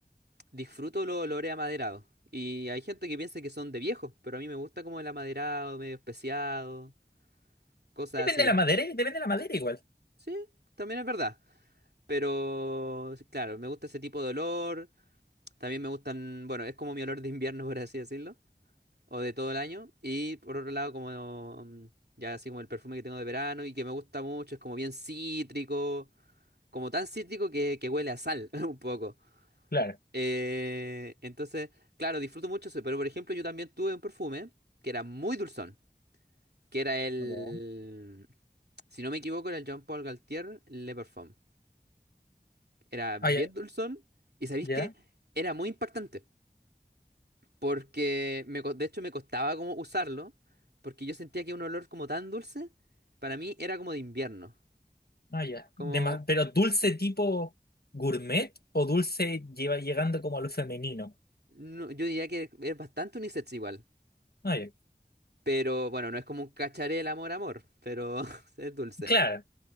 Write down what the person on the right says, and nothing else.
disfruto los olores amaderados. Y hay gente que piensa que son de viejo, pero a mí me gusta como el amaderado, medio especiado, cosas
así.
Sí, también es verdad. Pero, claro, me gusta ese tipo de olor. También me gustan, bueno, es como mi olor de invierno, <laughs> por así decirlo, o de todo el año. Y por otro lado, como mm, ya así como el perfume que tengo de verano y que me gusta mucho, es como bien cítrico, como tan cítrico que, que huele a sal <laughs> un poco.
Eh, entonces, claro, disfruto mucho eso, pero por ejemplo, yo también tuve un perfume que era muy dulzón, que era el,
si no me equivoco, era el Jean Paul Gaultier Le Parfum. Era bien
dulzón y ¿sabéis
qué? Era muy impactante. Porque me, co- de hecho me costaba como usarlo, porque yo sentía que un olor como tan dulce, para mí era como de invierno.
Como,
no- yo diría que es bastante unisex igual.
Pero bueno, no es como un cacharel amor amor, pero <laughs> es dulce.